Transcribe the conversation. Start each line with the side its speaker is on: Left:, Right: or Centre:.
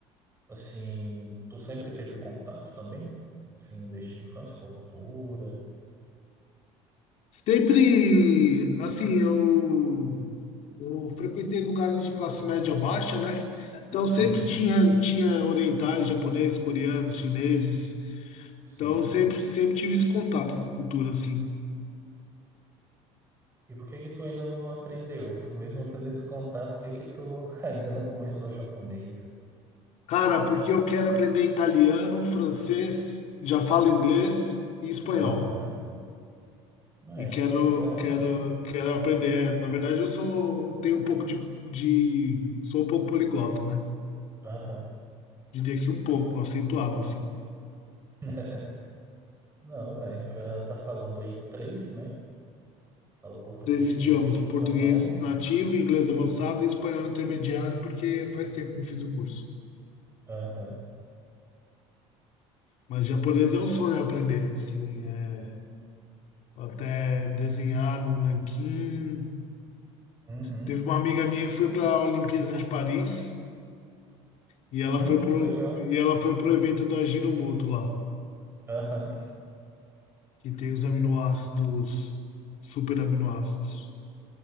Right: Assim, tu sempre teve contato também? Assim, desde a infância com a cultura?
Left: Sempre, assim, eu, eu frequentei lugares de classe média baixa, né? Então sempre
Right: Uhum,
Left: tinha, tinha orientais, japoneses, coreanos, chineses.
Right: sim.
Left: Então sempre, sempre tive esse contato com cultura, assim.
Right: E por que que tu ainda não aprendeu? Tu mesmo tendo esse contato, por que que tu <laughs> ainda não começou o japonês?
Left: Cara, porque eu quero aprender italiano, francês, já falo inglês e espanhol.
Right: Aham.
Left: E
Right: É,
Left: quero,
Right: que legal.
Left: quero, quero aprender. É, na verdade, eu sou, um, tenho um pouco de, de, sou um pouco poliglota, né?
Right: Aham.
Left: Diria que um pouco, acentuado, assim.
Right: <laughs> Não, é, já tá falando aí três, né? Fala português,
Left: Três idiomas,
Right: inglês, espanhol.
Left: português nativo, inglês avançado e espanhol intermediário, porque faz tempo que eu fiz o curso.
Right: Aham.
Left: Mas japonês é um sonho aprender, assim, é, até desenhar no nanquim.
Right: Uhum.
Left: Teve uma amiga minha que foi para a Olimpíada de Paris e ela
Right: Hum,
Left: foi pro,
Right: que legal.
Left: e ela foi pro evento do Ajinomoto lá.
Right: Aham.
Left: que tem os aminoácidos, super aminoácidos.